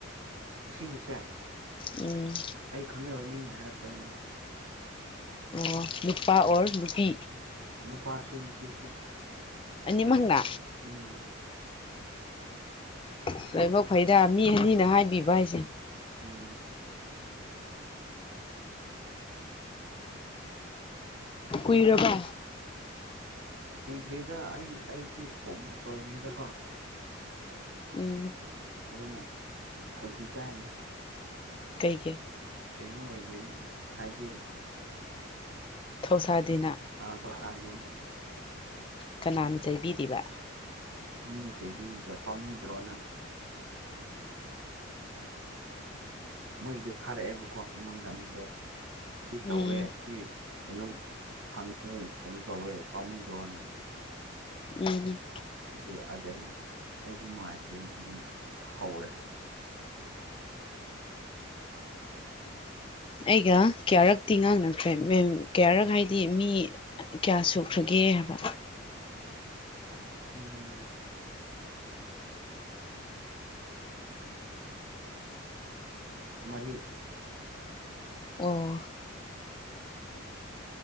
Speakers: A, on the right; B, on the left.
A: ꯑꯁꯤꯒꯤꯁꯦ
B: ꯎꯝ
A: ꯑꯩ ꯈꯪꯅꯕ ꯃꯤꯅ ꯍꯥꯏꯔꯛꯄꯅꯤꯗ
B: ꯑꯣ ꯅꯨꯄꯥ ꯑꯣꯔ ꯅꯨꯄꯤ
A: ꯅꯨꯄꯥꯁꯨ ꯅꯨꯄꯤꯁꯨ
B: ꯑꯅꯤꯃꯛꯅ
A: ꯎꯝ
B: ꯑꯁ ꯂꯥꯏꯕꯛ ꯐꯩꯗ ꯃꯤ ꯑꯅꯤꯅ ꯍꯥꯏꯕꯤꯕ ꯍꯥꯏꯁꯦ
A: ꯎꯝ
B: ꯀꯨꯏꯔꯕꯥ
A: ꯀꯨꯏꯗ꯭ꯔꯤꯗ ꯑꯩ ꯑꯩꯗꯤ ꯊꯣꯛ ꯃꯣꯛ ꯇꯧꯔꯤꯉꯩꯗꯀꯣ
B: ꯎꯝ
A: ꯑꯗꯨꯅ ꯈꯣꯟꯊꯤ ꯆꯥꯏꯅꯤ
B: ꯀꯩꯒꯤ
A: ꯀꯩꯅꯣ ꯑꯣꯏꯗ꯭ꯔꯦꯅ ꯍꯥꯏꯗꯤ
B: ꯊꯧꯁꯥꯗꯦꯅ
A: ꯑꯥ ꯊꯧꯁꯗꯦꯅ
B: ꯀꯅꯥꯅ ꯆꯩꯕꯤꯔꯤꯕ
A: ꯃꯤꯅꯥ ꯆꯩꯕꯤꯔꯤꯕ ꯄꯥꯝꯃꯨꯗ꯭ꯔꯣꯅ ꯃꯣꯏꯒꯤꯗꯣ ꯊꯥꯔꯛꯑꯦꯕꯀꯣ ꯑꯩꯉꯣꯟꯗ ꯃꯦꯁꯦꯁ ꯁꯤ
B: ꯎꯝ
A: ꯇꯧꯋꯦ ꯁꯤ ꯀꯩꯅꯣ ꯐꯪꯉꯦ ꯀꯩꯅꯣ ꯇꯧꯋꯦ ꯄꯥꯃꯨꯗ꯭ꯔꯣꯅꯥ
B: ꯎꯝ
A: ꯑꯗꯨ ꯑꯗꯩ ꯑꯩꯁꯨ ꯅꯨꯡꯉꯥꯏꯇꯦꯅ ꯑꯗꯨꯝ ꯍꯧꯔꯦ
B: ꯑꯩꯒ ꯀꯌꯥꯔꯛꯇꯤ ꯉꯥꯡꯅꯈ꯭ꯔꯦ ꯃꯦꯟ ꯀꯌꯥꯔꯛ ꯍꯥꯏꯗꯤ ꯃꯤ ꯀꯌꯥ ꯁꯨꯈ꯭ꯔꯒꯦ ꯍꯥꯏꯕ
A: ꯎꯝ ꯃꯔꯤ
B: ꯑꯣ